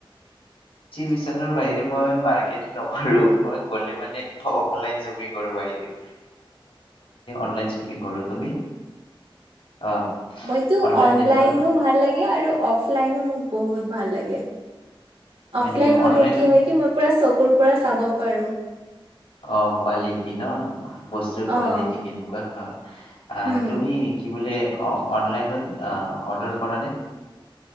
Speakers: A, on the left; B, on the right.
A: বিশালৰ বাহিৰে মই মাৰ্কেট নকৰো মই গলে মানে ্বো <unintelligible> ব বাহি অনলাইন শ্বপিং কৰো তুমি অ
B: মইতো
A: অনলাইন
B: অনলাইনো
A: যেনেকুৱা
B: ভাল লাগে আৰু অফলাইনো মোক বহুত ভাল লাগে।
A: হয়
B: অফলাইন
A: নেকি অনলাইনত
B: হলে কি হয় কি মই পোৰা চপিং ক কুৰ <unintelligible> পৰা চাব পাৰো
A: অ কোৱালিটি ন বস্তুৰ
B: অ',
A: কোৱালিটি কেনেকুৱা হা আহ
B: হুম।
A: তুমি কি বুলি অ অনলাইনত অৰ্ডাৰ কৰা নাই।